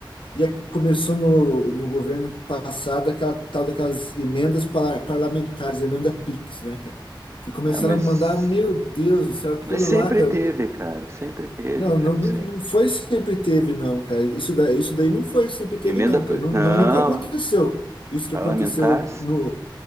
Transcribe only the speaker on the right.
ah, mas,
mas sempre
teve, cara, sempre teve,
cara,
isso aí.
Emenda,
não,
parlamentar,